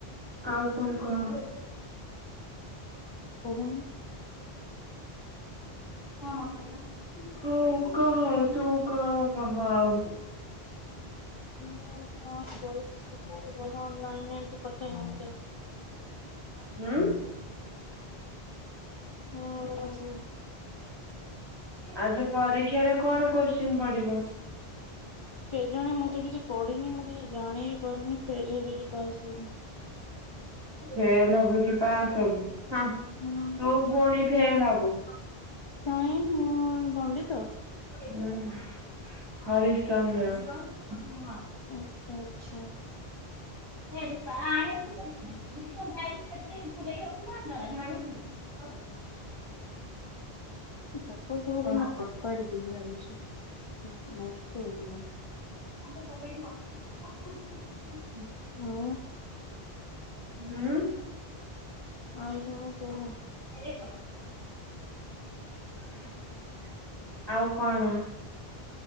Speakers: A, on the right; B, on the left.
A: ଆଉ କଣ କହ?
B: କହୁନୁ।
A: କଣ କହିଲ? ହୋଉ କହ ତୁ କଣ କହ ଆଉ।
B: ମୁଁ ଙ୍କ କହିନି ତତେ କଥା ରହ୍ ଲାଇନ୍ ରେ ଏମତି କଥା ହଉଥା।
A: ହୁଁ?
B: ହ <inaudible> ହଁ ହଁ।
A: ଆଜି ପରୀକ୍ଷାରେ କଣ କୋଶ୍ଚିନ୍ ପଡିବ?
B: କେଜେଣେ ମୁଁ ତ କିଛି ପଢି଼ନି ମୁଁ କିଛି ଜାଣିବି ପାରୁନି ଫେଲ୍ ହେବି କି ପାସ୍ ହେବି।
A: ଫେଲ ହବୁ କି ପାସ୍ ହବୁ? ହଁ
B: ହୁଁ
A: ତୁ ପୁଣି ଫେଲ
B: ନାଁ
A: ହବୁ।
B: କାଇଁ ମୁଁ ପଣ୍ଡିତ।
A: ହୁଁ ହରିଶ୍ଚନ୍ଦ୍ର। ନୂଆ
B: ଆଚ୍ଛା ଆଚ୍ଛା
A: <inaudible> ଏ ପା ଆଣେ ଏଇଠି ତ ପଡିଚି ମାନେ ଉଡିଯିବ ଓଦା ହେଇଚି ସେଠିରେ ପୁରେଇ କି ରଖିଥାନ୍ତ ନା ଝାଡୁ କୁ ଆଉ।
B: <inaudible> ଏ ଚକ ସବୁକୁ
A: କଣ?
B: ମୁଁ ଫୋପାଡ଼ି ଦେବି ଭାବିଛି। ଉଁ ନଷ୍ଟ ହେଇଗଲା।
A: ଆମେ ତମେ ଟିଏ କଥା ହେଇଚେ ତାକୁ ବି <unintelligible>
B: ଆଉ
A: ହଁ
B: ଆଉ କଣ କହ?
A: ଲା <unintelligible> ଆଉ କଣ?